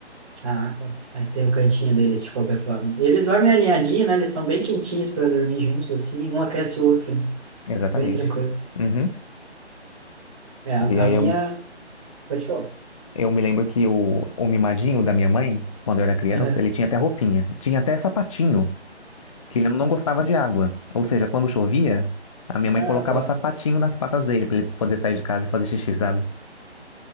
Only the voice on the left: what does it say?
Exatamente.
Uhum.
E
aí
eu,
eu me lembro que o, o mimadinho da minha mãe, quando eu era criança,
ele tinha até roupinha. Tinha até sapatinho, que ele não gostava de água. Ou seja, quando chovia, a minha
mãe colocava
sapatinho nas patas dele pra ele poder sair de casa e fazer xixi, sabe?